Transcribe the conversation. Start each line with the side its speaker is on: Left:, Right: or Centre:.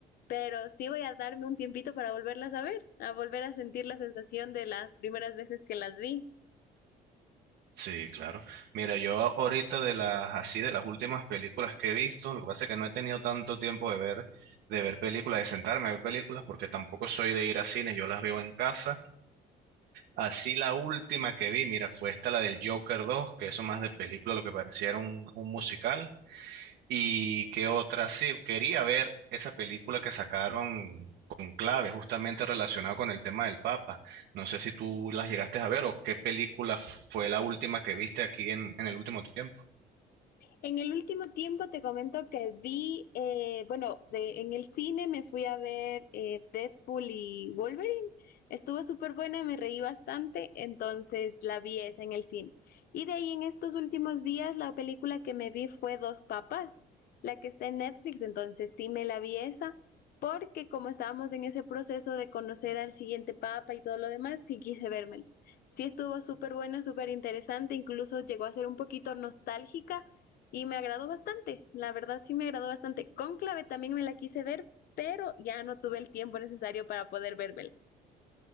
Left: pero sí voy a darme un tiempito para volverlas a ver, a volver a sentir la sensación de las primeras veces que las vi.
Right: Sí, claro. Mira, yo ahorita de las así de las últimas películas que he visto, lo que pasa es que no he tenido tanto tiempo de ver de ver películas, de sentarme a ver películas, porque tampoco soy de ir a cines, yo las veo en casa. Así la última que vi, mira, fue esta la del Joker 2 que eso más de película lo que pareciera un, un musical. Y qué otra, sí, quería ver esa película que sacaron con clave, justamente relacionado con el tema del Papa. No sé si tú las llegaste a ver o qué película fue la última que viste aquí en, en el último tiempo.
Left: En el último tiempo te comento que vi, eh, bueno, de- en el cine me fui a ver eh, Deadpool y Wolverine. Estuvo súper buena, me reí bastante, entonces la vi esa en el cine. Y de ahí en estos últimos días la película que me vi fue Dos Papas, la que está en Netflix, entonces sí me la vi esa, porque como estábamos en ese proceso de conocer al siguiente papa y todo lo demás, sí quise vérmela. Sí estuvo súper buena, súper interesante, incluso llegó a ser un poquito nostálgica y me agradó bastante, la verdad sí me agradó bastante. Cónclave también me la quise ver, pero ya no tuve el tiempo necesario para poder vérmela.